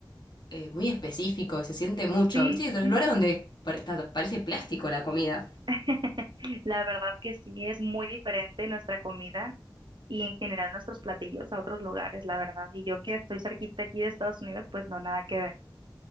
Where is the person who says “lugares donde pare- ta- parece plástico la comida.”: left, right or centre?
Left